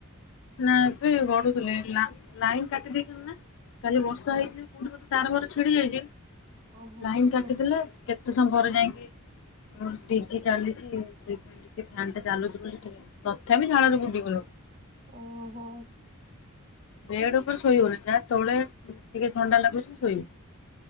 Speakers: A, on the left; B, on the right.
A: ନା ଏବେ ଗଡୁଥିଲେ ଲା ଲାଇନ୍ କାଟି ଦେଇଥିଲେ ନା କାଲି ବର୍ଷା
B: ଓ
A: ହେଇଚି ଯୋ କୋଉଠି ଗୋଟେ ତାର ଫାର ଛିଡି ଯାଇଚି
B: ଓହୋ
A: ଲାଇନ୍ କାଟିଦେଲେ
B: କେ
A: କେତେ ସମପରେ ଯାଇକି ମୋର ଡିଜି ଚାଲିଚି ସେଇପାଇଁ। ଟିକେ ଫ୍ୟାନ୍ ଟା ଚାଲୁୁଚି ବୋଲି ତଥାପି ଝାଳରେ ଭେଦି ଗଲୁଣି।
B: ଓହୋ।
A: ବେଡ୍ ଉପରେ ଶୋଇ ହଉନି ଯାହା ତଳେ ଟିକେ ଥଣ୍ଡା ଲାଗୁଚି ଶୋଇବୁ।